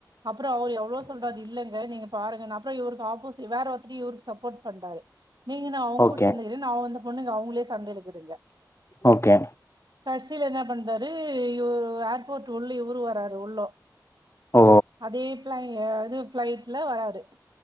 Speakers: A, on the right; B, on the left.
A: அப் அப்றோ அவர் எவ்ளோ சொல்றாரு இல்லங்க நீங்க பாருங்க நா அப்றோம் இவருக் ஆ போசி வேற ஒருத்தர் இவருக்கு சப்போர்ட் பண்றாரு நீங்க என்ன அவங்
B: ஓகே
A: கூட சேந்துருக் நா வந்து பொண்ணுங்க அவங்ளே சண்ட இழுக்குதுங்க
B: ஓகே
A: கடைசியில என்ன பண்றாரு இவ ஏர்போர்ட் உள்ளி இவரு வராரு உள்ளோ
B: ஓ
A: அதே இது ஃபிளைட் ல வராரு